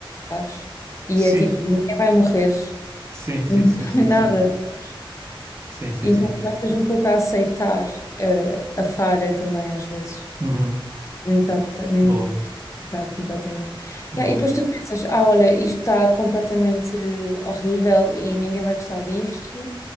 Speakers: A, on the left (about 35°); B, on the right (about 30°).
A: sabes? E
B: Sim,
A: é tipo: ninguém vai morrer,
B: sim, sim,
A: ninguém
B: sim, sim,
A: vai <laughs> nada,
B: sim.
A: sabes?
B: Sim, sim,
A: Então
B: sim.
A: começas um pouco a aceitar eh, a, falha também, às vezes,
B: Uhum.
A: que nem está nem
B: Boa,
A: tudo tem que estar completamente.
B: boa.
A: Yeah, e depois tu pensas, ah, olha, isto está completamente horrível e ninguém vai gostar disto.